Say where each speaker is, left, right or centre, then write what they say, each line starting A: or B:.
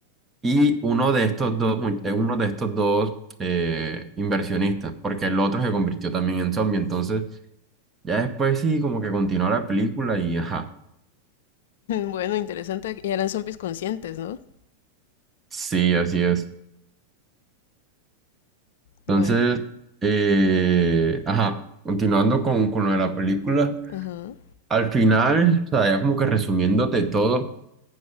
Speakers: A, on the right; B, on the left.
A: y uno de estos dos, mu- eh, uno de estos dos eh, inversionistas, porque el otro se convirtió también en zombie, entonces ya después sí, como que continúa la película y ajá.
B: Bueno, interesante. Y eran zombies conscientes, ¿no?
A: Sí, así es.
B: Bueno,
A: Entonces, eh, ajá, continuando con, con lo de la película,
B: ajá.
A: al final, o sea, ya como que resumiéndote todo,